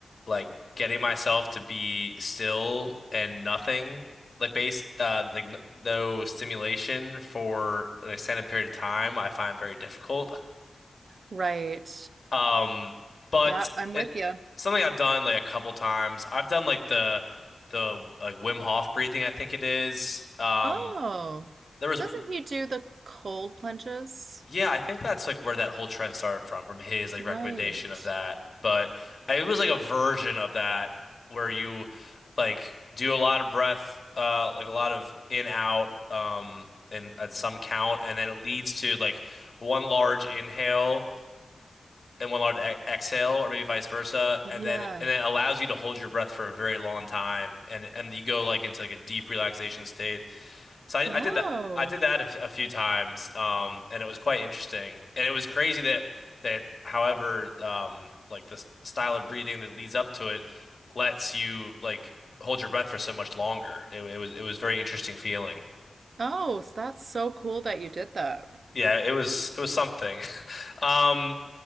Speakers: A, on the left; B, on the right.
A: like getting myself to be still and nothing, like base uh like n no stimulation for an extended period of time, I find very difficult.
B: Right.
A: Um, but
B: Yeah, I'm
A: it
B: with you.
A: something I've done like a couple times. I've done like the the like Wim Hof breathing, I think it is. Um
B: Oh,
A: there was
B: doesn't he do the cold plunges?
A: Yeah, I think that's like where that whole trend started from, from his like
B: Right.
A: recommendation of that. But it was like a version of that where you like do a lot of breath, uh, like a lot of in out, um, and at some count, and then it leads to like one large inhale and one large e exhale, or maybe vice versa,
B: Yeah.
A: and then and then it allows you to hold your breath for a very long time, and and you go like into like a deep relaxation state. So I,
B: Wow.
A: I did that. I did that a, f- a few times, um, and it was quite interesting. And it was crazy that that, however, um, like the s- style of breathing that leads up to it lets you like hold your breath for so much longer. It, it was it was very interesting feeling.
B: Oh, so that's so cool that you did that.
A: Yeah, it was it was something. <laughs> Um,